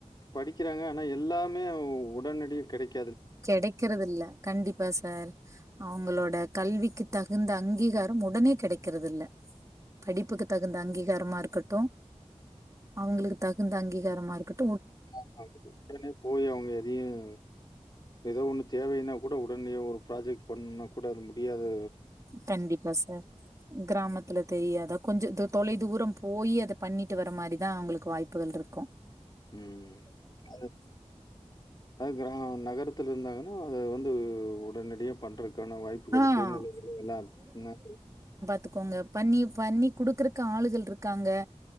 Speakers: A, on the left (about 35°); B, on the right (about 25°).
A: படிக்கிறாங்க ஆனா எல்லாமே ஒ உடனடியே கிடைக்
B: கிடைக்கிறது இல்ல கண்டிப்பா சார் அவங்கலோட் ட கல்விக்கு தகுந்த அங்கீகாரம் உடனே கிடைக்கிறது இல்ல படிப்புக்கு தகுந்த அங்கீகாரமா இருக்கட்டும் அவங்களுக்கு தகுந்த அங்கீகாரமா இருக்கட்
A: <inaudible> னே போய் அவங்க எதையும் ஏதோ ஒன்னு தேவைனா கூட உடனேயே ஒரு ப்ராஜெக்ட் பண்னுணா கூட அது முடியாது
B: கண்டிப்பா சார் கிராமத்துல தெரியாதா கொஞ்ச து தொலை தூரம் போய் அத பண்ணிட்டு வர மாரிதான் அவங்களுக்கு வாய்ப்புகள்ருக்கும்
A: உம் அது அது கிராமம் நகரத்துல இருந்தாங்கன்னா அது வந்து உடனடியே பண்றக் க்கான வாய்ப்புகள்
B: ஆ.
A: சூழ்நிலைகள் எல்லாம் நாக்
B: த்துக்கோங்க பண்ணி பண்ணி குடுக்கறக்கு ஆளுகள் இருக்காங்க